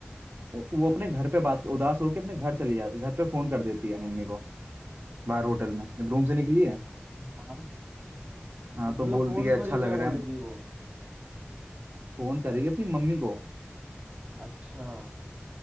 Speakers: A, on the right; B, on the right.
A: वो वो अपने घर पे बात उदास होकर अपने घर चली जा घर पे फोन कर देती है मम्मी को बाहर होटल में जब रूम से निकली है
B: हाँ
A: हाँ
B: मतलब
A: तो बोलती
B: फोन
A: है
B: करे
A: अच्छा
B: क्या
A: लग
B: बोलेगी
A: रहा है
B: वो
A: फोन करेगी अपनी मम्मी को
B: अच्छा